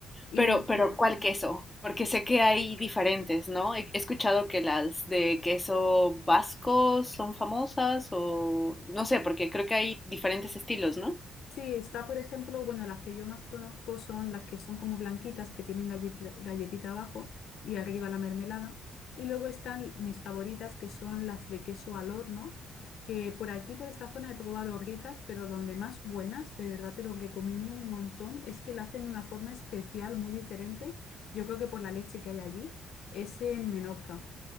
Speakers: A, on the left (about 70°); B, on the left (about 15°).
A: Y,
B: Pero, pero,
A: y
B: ¿cuál queso? Porque sé que hay diferentes, ¿no? He he escuchado que las de queso vasco son famosas o no sé, porque creo que hay diferentes estilos, ¿no?
A: sí, está, por ejemplo, bueno, las que yo más conozco son las que son como blanquitas, que tienen galletita, galletita abajo y arriba la mermelada. Y luego están mis favoritas, que son las de queso al horno, que por aquí, por esta zona, he probado ricas, pero donde más buenas, de verdad te lo recomiendo un montón, es que la hacen de una forma especial, muy diferente. Yo creo que por la leche que hay allí, es en Menorca.